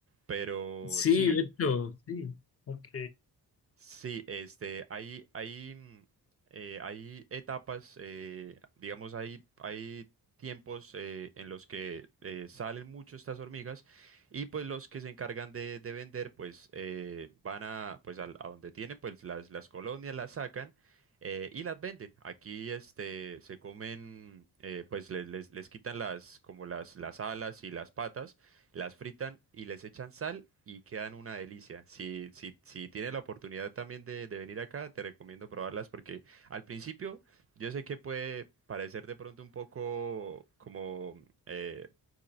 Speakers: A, on the right (about 40°); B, on the left (about 40°).
A: pero
B: Sí,
A: sí,
B: de hecho, sí. Ok.
A: Sí, este, hay, hay, mm, eh, hay etapas, eh, digamos, hay, hay tiempos eh, en los que eh, salen mucho estas hormigas y pues los que se encargan de, de vender, pues eh, van a, pues al- a, donde tienen, pues las, las colonias las sacan eh, y las venden. Aquí, este, se comen, eh, pues les, les, les quitan las, como las, las alas y las patas las fritan y les echan sal y quedan una delicia. Si, si, si tienes la oportunidad también de, de venir acá, te recomiendo probarlas porque al principio yo sé que puede parecer de pronto un poco como eh,